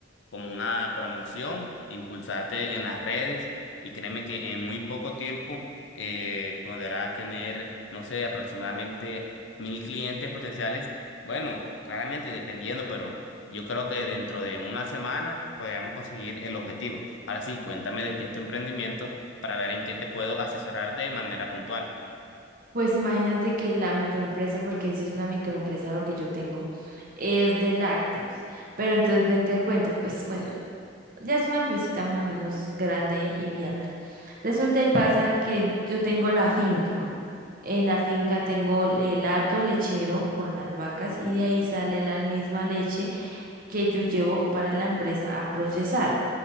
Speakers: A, on the left; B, on the right.
A: como una promoción, impulsarte en las redes y créeme que en muy poco tiempo eh, podrás tener, no sé, aproximadamente mil clientes potenciales. Bueno, claramente dependiendo, pero yo creo que dentro de una semana podríamos conseguir el objetivo. Ahora sí, cuéntame de qué es tu emprendimiento para ver en qué te puedo asesorar de manera puntual.
B: Pues imagínate que la microempresa, porque en sí es una microempresa lo que yo tengo, es de lácteos. Pero entonces ven te cuento, pues bueno, ya es una empresita más o menos grande y viable. Resulta y pasa que yo tengo la finca. En la finca tengo el hato lechero con las vacas y de ahí sale la misma leche que yo llevo para la empresa a procesar.